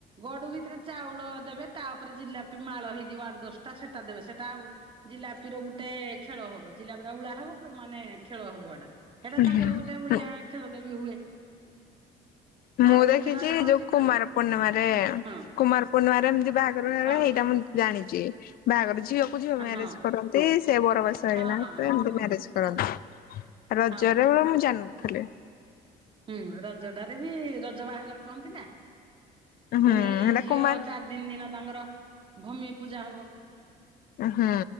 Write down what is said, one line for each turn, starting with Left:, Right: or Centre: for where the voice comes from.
Right: ଗଡୁ ଭି ଥିରେ ଚାଉଳ ଦେବେ ତାପରେ ଜିଲାପି ମାଳ ହେଇଯିବ ଆଡ ଦଶଟା ସେଟା ଦେବେ, ସେଟା ଆଉ ଜିଲାପିର ଗୋଟେ ଖେଳ ହବ ଜିଲାପି ଟା ଉଳା ହବ। ମାନେ ଖେଳ ହବ ଏଟା
Left: ଆଚ୍ଛା।
Right: ଏଟା ତାଙ୍କର ଗୋଟେ ବଢିଆ ଖେଳଟେ ବି ହୁଏ।
Left: ମୁଁ
Right: ଆଉ
Left: ଦେଖିଚି
Right: ରୋଷେଇବାସ କଣ
Left: ଯୋଉ
Right: ଶିଖିଲୁଣି?
Left: କୁମାର ପୂର୍ଣ୍ଣିମାରେ
Right: ହଁ
Left: କୁମାର ପୂର୍ଣ୍ଣିମାରେ ଏମିତି ବାହାଘର ବେଳେ
Right: ହଁ
Left: ହେଇଟା ମୁଁ ଜାଣିଚି, ବାହାଘର ଝିଅ କୁ ଝିଅ ମ୍ୟାରେଜ
Right: ହଁ
Left: କରନ୍ତି ସେ ବରବେସ ହେଇକିନା
Right: ହଁ ହଁ
Left: ସେ
Right: ହଁ
Left: ଏମତି ମ୍ୟାରେଜ କରନ୍ତି। ରଜରେ
Right: ହଁ।
Left: ହୁଏ ମୁଁ ଜାଣିନଥିଲି।
Right: ହୁଁ ରଜଟାରେ ବି ରଜ ବାହାଘର କହନ୍ତି ନା
Left: ହୁଁ
Right: ପୁଣି
Left: ହେଟା
Right: ଝିଅ
Left: କୁମାର
Right: ଚାର ଦିନି ତାଙ୍କର ଭୂମି ପୂଜା ହବ।
Left: ହୁଁ।